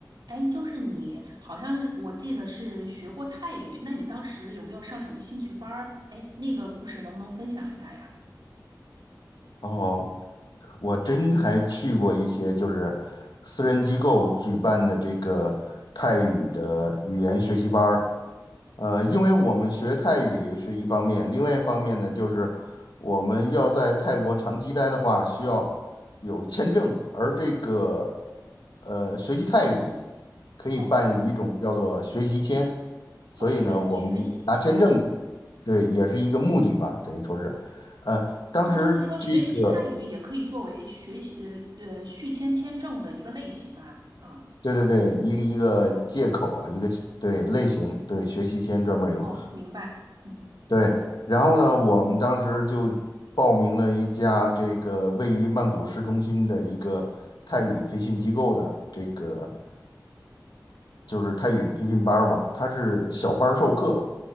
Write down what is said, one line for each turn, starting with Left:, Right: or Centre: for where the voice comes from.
Right: 哎，就是你，好像是我记得是学过泰语，那你当时有没有上什么兴趣班儿？哎，那个故事能不能分享一下呀？
Left: 哦，我真还去过一些就是私人机构举办的这个泰语的语言学习班儿。呃，因为我们学泰语是一方面，另外一方面呢，就是我们要在泰国长期待的话，需要有签证，而这个呃学习泰语可以办一种叫做学习签，
Right: 哦
Left: 所以呢，
Right: 哦，学学习签哦
Left: 我们拿签证，对，也是一个目的吧，等于说是，呃，当时这个。
Right: 哦，就是说学习泰语也可以作为学习呃呃续签签证的一个类型啊啊
Left: 对对对，一个一个借口啊，一个对类型，对学习签专门有。
Right: 哦，明白，嗯
Left: 对，然后呢，我们当时就报名了一家这个位于曼谷市中心的一个泰语培训机构的这个就是泰语培训班儿吧，它是小班儿授课，